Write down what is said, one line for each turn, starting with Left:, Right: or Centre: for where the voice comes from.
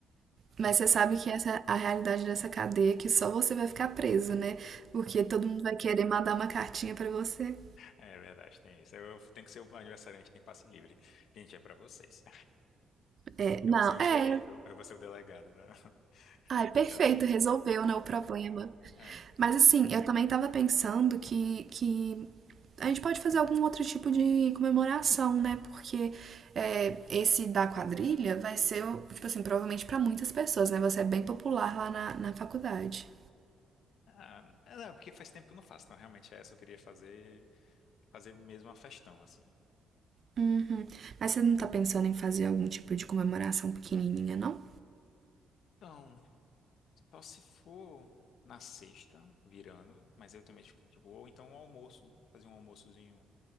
Right: Mas você
Left: Você
Right: sabe
Left: lembra?
Right: que essa é a realidade dessa cadeia, é que só você vai ficar preso, né? Porque todo mundo vai querer mandar uma cartinha pra você.
Left: É verdade, tem isso. Eu eu tenho que ser o aniversariante, tem passe livre. Gente, é pra vocês.
Right: É, não,
Left: Eu vou ser o
Right: é,
Left: xerife, eu eu vou ser o delegado da, <laughs>
Right: Ai, perfeito,
Left: da cadeia.
Right: resolveu, né, o problema.
Left: É.
Right: Mas assim, eu também tava pensando que, que a gente pode fazer algum outro tipo de comemoração, né? Porque é, esse da quadrilha vai ser, o- tipo assim, provavelmente pra muitas pessoas, né? Você é bem popular lá na, na faculdade.
Left: Ah, é, não, porque faz tempo que eu não faço. Então, realmente, é essa eu queria fazer, fazer mesmo uma festão, assim.
Right: Uhum. Mas você não tá pensando em fazer algum tipo de comemoração pequenininha, não?
Left: Então, só se for na sexta, virando, mas eu também, tipo, tipo, ou então um almoço, fazer um almoçozinho